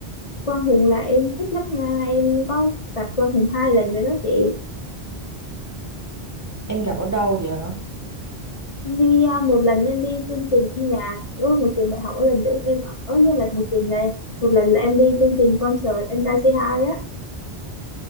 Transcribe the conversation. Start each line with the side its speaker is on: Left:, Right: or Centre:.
Left: Quang Hùng là em thích lắm nha em có gặp Quang Hùng hai lần rồi đó chị
Right: em gặp ở đâu vậy
Left: em đi à, một lần em đi chương trình âm nhạc ở một trường đại học ở gần chỗ em ở với lần một trình là một lần là em đi chương trình concert anh ta c hai á